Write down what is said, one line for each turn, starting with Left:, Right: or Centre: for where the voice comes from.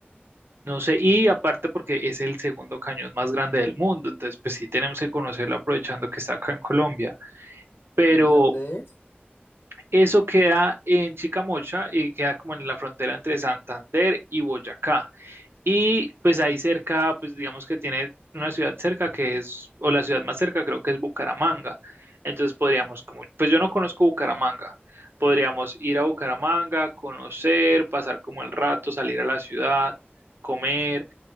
Right: no sé, y aparte porque es el segundo cañón más grande del mundo, entonces pues sí tenemos que conocerlo aprovechando que está acá en Colombia, pero
Left: ¿Y dónde es?
Right: eso queda en Chicamocha y queda como en la frontera entre Santander y Boyacá. Y pues ahí cerca, pues digamos que tiene una ciudad cerca que es, o la ciudad más cerca creo que es Bucaramanga. Entonces podríamos como, pues yo no conozco Bucaramanga, podríamos ir a Bucaramanga, conocer, pasar como el rato, salir a la ciudad, comer